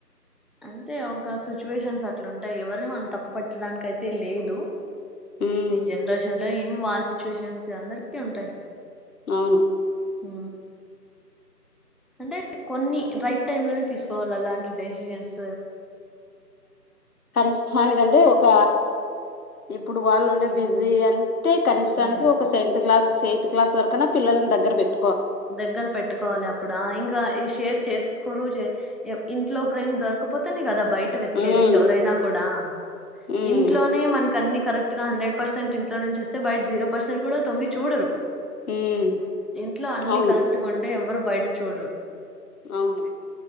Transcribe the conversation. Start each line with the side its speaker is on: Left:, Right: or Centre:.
Centre: అంతే ఒక సిచ్యువేషన్స్ అట్లు ఉంటాయి ఎవరిని మనం తప్పు పట్టడానికి అయి తే లేదు
Left: ఉమ్
Centre: ఈ జనరేషన్ లో యేం ఉమ్ వాళ్ళ సిచ్యువేషన్స్ అందరికీ ఉంటాయ్
Left: అవును
Centre: హ అంటే కొన్ని రైట్ టైమ్ లోనే తీసుకోవాలి అలాంటి డెసిజన్స్
Left: కానిష్టానికంటే ఒక ఇప్పుడు వాళ్ళు ఉంటే బిజీ అని అే కనిష్టానికి
Centre: ఉమ్
Left: ఒక సెవెంత్ క్లాస్ ఎయిత్ క్లా వరకునా పిల్లని ద్గ పెట్టి
Centre: దగ్గర పెట్టుకోవాలి అప్పుడు ఇంకా ఈ షేర్ చేస్త కొ ఇంట్లో ప్రేమ దర్క పోతే గదాబ బయట వెతికేది
Left: ఉమ్
Centre: ఎవరైనా కూడా
Left: ఉమ్
Centre: ఇంట్లోనే మనక అన్ని కరెక్ట్ ఇక హండ్రె పర్సెంట్ ఇంట్లో నుంచి వస్తె బయట జీరో పర్సెట్ కూడా తొంగి చూడరు
Left: ఉమ్
Centre: ఏ అన్ని
Left: అవును
Centre: కరెక్ట్గా ఉంటే ఎవరు బయట చూడరు
Left: అవును